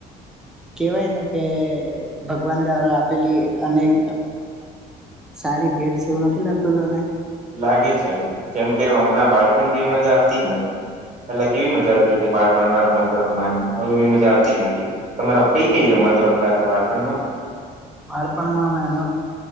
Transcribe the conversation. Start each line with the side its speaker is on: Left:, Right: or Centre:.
Centre: કેવાય ને કે ભગવાન દ્વારા આપેલી અનેક સારી ભેટ છે એવું નથી લાગતું તને
Right: લાગે છે જેમ કે હમણાં બાળપણ જેવી મજા આવતી જ નથી પેલા કેવી મજા આવતી હતી બાળપણમાં રમવાતો રમવાની હવે એવી મજા આવતી જ નથી તમારા કઈ કઈ રમતો રમતા હતા બાળપણમાં
Centre: બાળપણ માં અમેક